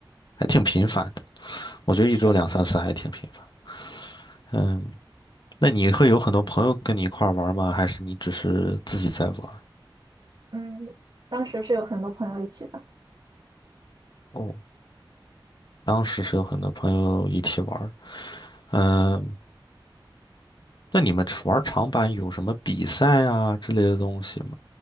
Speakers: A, on the left (about 60°); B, on the right (about 50°).
A: 还挺频繁的，我觉得一周两三次还挺频繁。
B: 是的。
A: 嗯，那你会有很多朋友跟你一块儿玩吗？还是你只是自己在玩
B: 嗯，当时是有很多朋友一起的。
A: 哦，当时是有很多朋友一起玩嗯，呃那你们玩长板有什么比赛啊之类的东西吗？